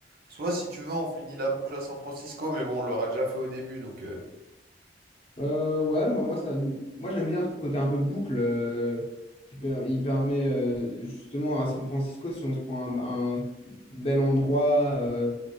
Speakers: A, on the right; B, on the left.
A: Soit, si tu veux, on finit la boucle à San Francisco, mais bon, on l'aura déjà fait au début, donc... euh,
B: Euh, ouais, moi, moi, ça, moi j'aime bien ce côté un peu boucle euh, qui per- il permet euh, justement à San Francisco, si on se prend un, un bel endroit, euh,